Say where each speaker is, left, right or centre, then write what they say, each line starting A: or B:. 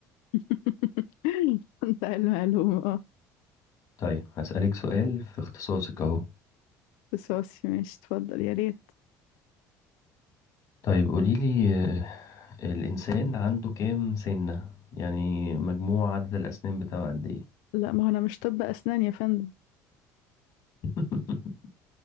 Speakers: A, on the left; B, on the left.
A: <laughs> انت المعلومة اه
B: طيب هسألك سؤال في اختصاصك اهو
A: بس ماشي اتفضل يا ريت
B: طيب قوليلي آه، الانسان عنده كام سنة يعني مجموع عدد الاسنان بتاعه قد ايه
A: لا ما هو انا مش طب اسنان يا فندم
B: <laughs>